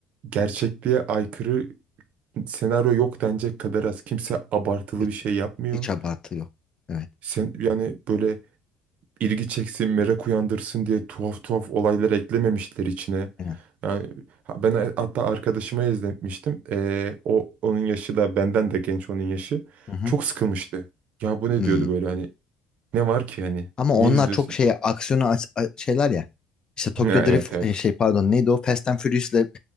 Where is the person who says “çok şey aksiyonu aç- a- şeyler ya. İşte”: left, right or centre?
Left